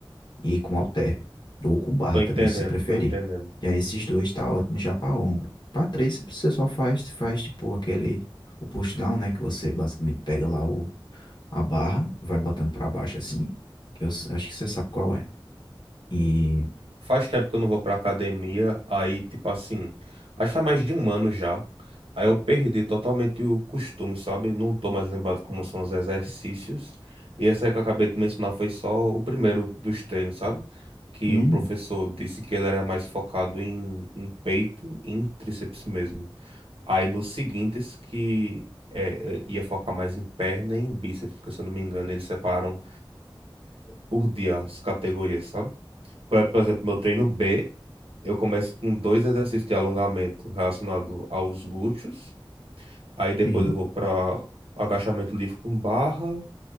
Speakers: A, on the left (about 55°); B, on the right (about 85°).
A: e com halter, ou com barra
B: Tô entendendo,
A: também, se você preferir.
B: tô entendendo.
A: E aí esses dois tá ótimo já para ombro. Para três você só faz, faz tipo aquele, o push down, né, que você basicamente pega lá o, a barra, vai botando para baixo assim, que eu s- acho que você sabe qual é. E,
B: Faz tempo que eu não vou pra academia, aí, tipo assim, acho que faz mais de um ano já. Aí eu perdi totalmente o costume, sabe? Não tô mais lembrado como são os exercícios. E essa aí que eu acabei de mencionar foi só o primeiro dos treinos, sabe? Que
A: hum,
B: o professor disse que ele era mais focado em, em peito e em tríceps mesmo. Aí nos seguintes que é, é, ia focar mais em perna e em bíceps, porque se eu não me engano, eles separam por dia as categorias, sabe? Por por exemplo, meu treino B. Eu começo com dois exercícios de alongamento relacionado aos glúteos. Aí depois
A: sim,
B: eu vou para agachamento livre com barra,